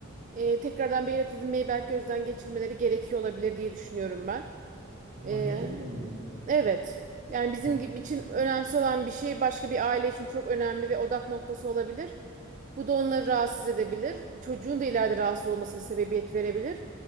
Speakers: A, on the right; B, on the right.
A: e, tekrardan bir evlat edinmeyi belki gözden geçirmeleri gerekiyor olabilir diye düşünüyorum ben.
B: Mahremiyetle
A: E,
B: ilgili ben.
A: Evet. Yani bizim
B: Hı
A: gibi- için önemsiz olan bir şey başka bir aile için çok önemli ve odak noktası olabilir. Bu da onları rahatsız edebilir. Çocuğun da ileride rahatsız olmasına sebebiyet verebilir.